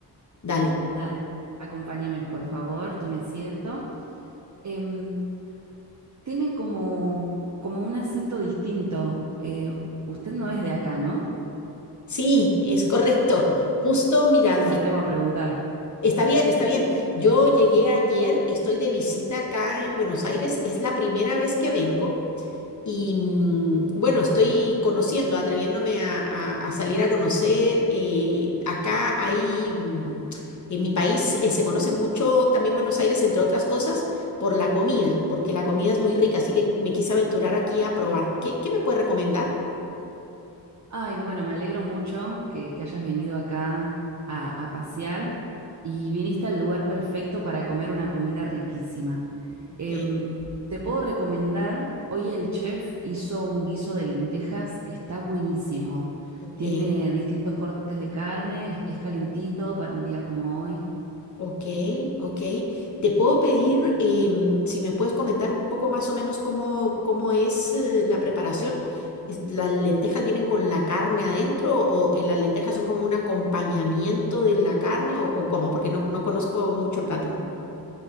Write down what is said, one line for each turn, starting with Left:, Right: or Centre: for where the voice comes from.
Left: Dale.
Right: Dale. Acompáñeme, por favor. Tome asiento. Em, tiene como, como un acento distinto. Eh, usted no es de acá, ¿no?
Left: Sí, es correcto. Justo, mira,
Right: Si me
Left: fí-
Right: atrevo a preguntar.
Left: está bien, está bien. Yo llegué ayer, estoy de visita acá en Buenos Aires, es la primera vez que vengo. Y mm, bueno, estoy conociendo, atreviéndome a, a- a salir a conocer. eh, acá hay, mm, en mi país, eh, se conoce mucho también Buenos Aires, entre otras cosas, por la comida, porque la comida es muy rica, así que me quise aventurar aquí a probar. ¿Qué, qué me puede recomendar?
Right: Ay, bueno, me alegro mucho que, que hayas venido acá a, a pasear y viniste al lugar perfecto para comer una comida riquísima.
Left: Ok,
Right: Em, te puedo recomendar, hoy el chef hizo un guiso de lentejas que está buenísimo.
Left: ok.
Right: Tiene distintos cortes de carne, es calentito para un día como hoy.
Left: Ok, ok. Te puedo pedir em, si me puedes comentar un poco más o menos cómo, cómo es eh, la preparación. ¿Es- ¿Las lentejas vienen con la carne adentro o eh, las lentejas son como un acompañamiento de la carne o, o cómo? Porque no, no conozco mucho el plato.